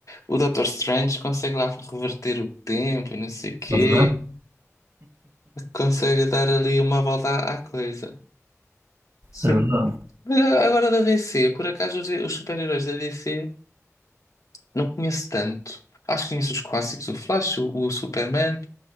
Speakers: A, on the left; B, on the right.
A: O Dr Strange consegue lá reverter o tempo e não sei o quê.
B: É verdade?
A: Consegue dar ali uma volta à, à coisa. <laughs> Sim.
B: É verdade.
A: Mas a- agora da DC, por acaso os, os super-heróis da DC não conheço tanto. Acho que conheço os clássicos, o Flash, o, o Superman.